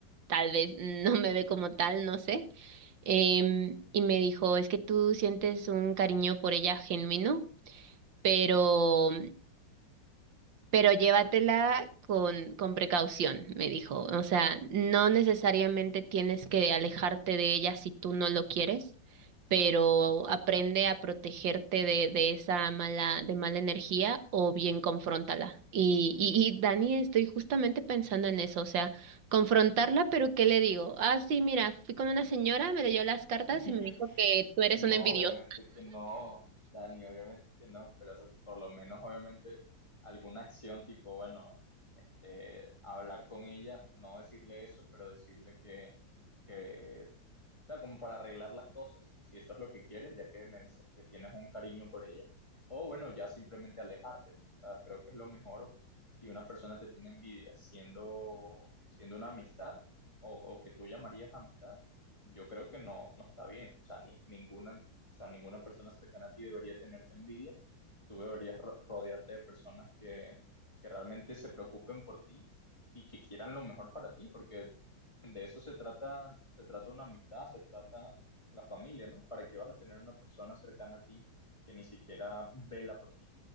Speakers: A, on the right; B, on the left.
A: tal vez <laughs> no me ve como tal, no sé. Em, y me dijo, es que tú sientes un cariño por ella genuino, pero pero llévatela con, con precaución, me dijo. O sea, no necesariamente tienes que alejarte de ella si tú no lo quieres, pero aprende a protegerte de, de esa mala, de mala energía o bien confróntala. Y, y, y Dani, estoy justamente pensando en eso, o sea, confrontarla, pero ¿qué le digo? Ah, sí, mira, fui con una señora, me leyó las cartas
B: <laughs>
A: y me dijo que tú eres
B: No,
A: una envidiosa.
B: obviamente que no, Dani, obviamente que no, pero por lo menos obviamente alguna acción tipo, bueno, este, hablar con ella, no decirle eso, pero decirle que, que sea, como para arreglar las cosas, si eso es lo que quieres, ya que me dices que tienes un cariño por ella, o bueno, ya simplemente alejarte, ¿no? O sea, creo que es lo mejor si una persona te tiene envidia siendo, siendo una amistad o, o que tú llamarías amistad, yo creo que no, no está bien, o sea, ni- ninguna, o sea, ninguna persona cercana a ti debería tenerte envidia, tú deberías ro- rodearte de personas que, que realmente se preocupen por ti y que quieran lo mejor para ti, porque de eso se trata, se trata una amistad, se trata la familia, ¿no? ¿Para qué vas a tener una persona cercana a ti que ni siquiera vela por ti?